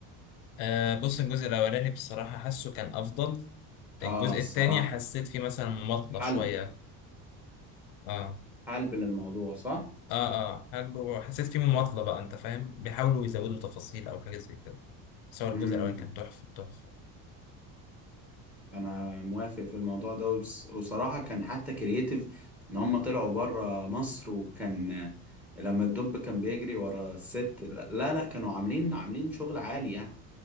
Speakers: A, on the left; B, in the centre.
A: آه بص الجزء الاولاني بصراحه حاسه كان افضل
B: اه
A: الجزء
B: الصراحة
A: التاني حسيت فيه مثلا مماطله
B: حلب
A: شويه اه
B: حلب للموضوع صح؟
A: اه اه حلو حسيت فيه مماطلة بقى انت فاهم بيحاولوا يزودوا تفاصيل او حاجة زي كده بس هو الجزء
B: امم
A: الاولاني كان تحفة تحفة
B: انا موافق في الموضوع ده وبس- وصراحة كان حتى كرييتيف ان هم طلعوا بره مصر وكان لما الدب كان بيجري ورا الست لا لا كانوا عاملين عاملين شغل عالي يعني